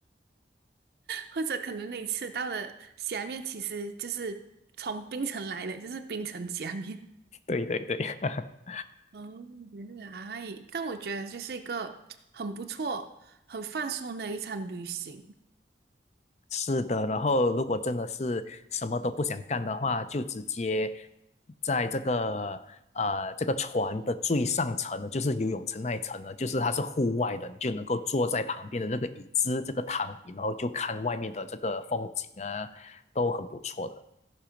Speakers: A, on the right; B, on the left.
A: 或者可能你吃到的虾面其实就是从冰城来的，就是冰城虾面。
B: 对对对，<laughs>
A: 哦，原来，但我觉得就是一个很不错、很放松的一场旅行。
B: 是的，然后如果真的是什么都不想干的话，就直接在这个呃这个船的最上层呢，就是游泳池那一层呢，就是它是户外的，你就能够坐在旁边的这个椅子、这个躺椅，然后就看外面的这个风景啊，都很不错的。